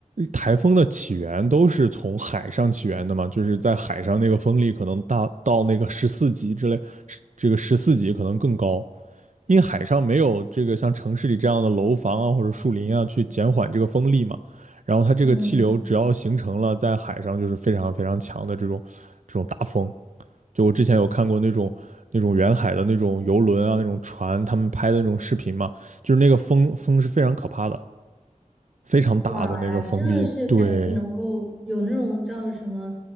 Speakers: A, on the right (about 75°); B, in the centre.
A: 台风的起源都是从海上起源的嘛，就是在海上那个风力可能大到那个十四级之类，是这个十四级可能更高，因为海上没有这个像城市里这样的楼房啊或者树林啊去减缓这个风力嘛，然后它这个气流只要形成了，
B: 嗯。
A: 在海上就是非常非常强的这种这种大风，就我之前有看过那种。那种远海的那种游轮啊，那种船，他们拍的那种视频嘛，就是那个风风是非常可怕的。非常大的那个风力，
B: 哇，真的是感觉能够有那种叫什么
A: 对